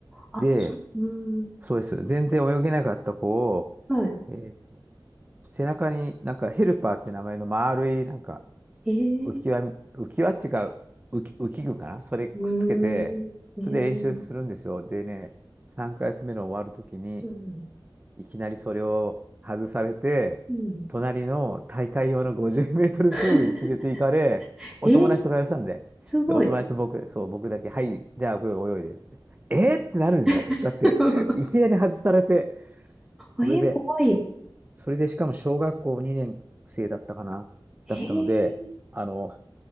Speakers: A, in the centre; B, on the right.
A: あ、
B: で、
A: そう。うーん。
B: そうです。全然泳げなかった子を、
A: はい。
B: えー背中になんかヘルパーって名前の丸いなんか
A: ええ
B: 浮き輪、浮き輪っていうか浮き、浮き具かなそれくっつけて、
A: うーん。えー、
B: それで練習するんですよ。でね、3ヶ月目の終わるときに、
A: うん。
B: いきなりそれを外されて、
A: うん。
B: 隣の大会用の50メートルプールに連れて行かれ、
A: <laughs>
B: お友達と会話したんで、
A: えー、すすごい。
B: で、お友達と僕、そう、僕だけ、はい、じゃあ、これ泳いで、つって。えーってなるでしょだって、
A: うん <laughs>
B: いきなり外されて、
A: えー、
B: それで、
A: 怖い。
B: それで、しかも小学校2年生だったかなだったので、
A: えー、
B: あの、